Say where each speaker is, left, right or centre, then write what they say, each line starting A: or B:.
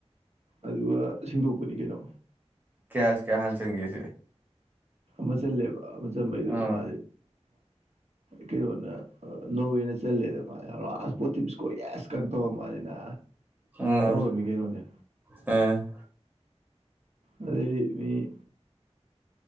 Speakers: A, on the right; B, on the right.
A: ꯑꯗꯨꯒ ꯁꯦꯡꯗꯣꯛꯄꯅꯤ ꯀꯩꯅꯣ
B: ꯀꯌꯥꯁ ꯀꯌꯥ ꯍꯥꯟ ꯆꯪꯉꯁꯦ
A: ꯃ ꯆꯂꯦꯕ ꯑꯃ ꯆ ꯃꯩꯗꯨꯔꯣ
B: ꯑꯥ
A: ꯃꯥ ꯀꯩꯅꯣꯅ ꯅꯣꯔꯋꯦꯅ ꯆꯜꯂꯦꯗ ꯃꯥ ꯔꯥꯁ ꯄꯣꯇꯤꯝ ꯏꯁꯀꯣꯔ ꯑꯦꯁ ꯀꯪ ꯇꯧ ꯃꯥꯁꯤꯅ
B: ꯎꯝ
A: ꯇꯧꯔꯝꯃꯤ ꯀꯩꯅꯣꯅꯦ
B: ꯑꯝ
A: ꯑꯗ ꯃꯤ